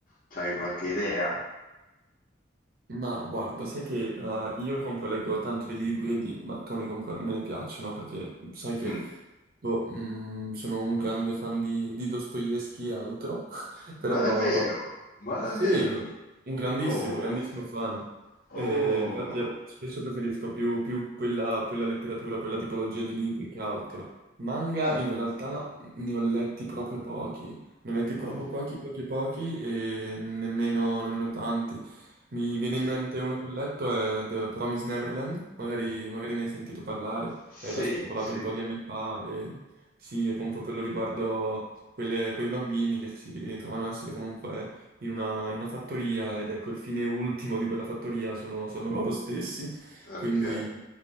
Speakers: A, on the left; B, on the right.
A: C'hai qualche idea?
B: ma guarda, sai che eh, io compoleggo tanto di libri e di mattoni, compo- me ne piacciono perché sai che
A: Mm.
B: boh, mm, sono un grande fan di, di Dostoevsky e altro, <laughs>
A: Ma
B: però
A: davvero? Ma
B: Sì,
A: davvero?
B: un grandissimo,
A: Oh,
B: grandissimo fan.
A: oh.
B: Eh, infatti eh, spesso preferisco più, più quella, quella letteratura, quella tipologia di libri che altro. Manga
A: Eh,
B: in realtà
A: eh,
B: ne ho letti proprio pochi, ne ho letti
A: oh,
B: proprio pochi, pochi, pochi e nemmeno, nemmeno tanti. Mi
A: ok.
B: viene in mente uno che ho letto è The Promised Neverland, magari, magari ne hai sentito parlare,
A: Sì,
B: era spopolato
A: sì,
B: un po' di anni fa e sì, è comunque quello riguardo quelle- quei bambini che si ritrovano a essere comunque in una, in una fattoria ed ecco il fine ultimo di quella fattoria sono, sono loro stessi,
A: ok,
B: quindi,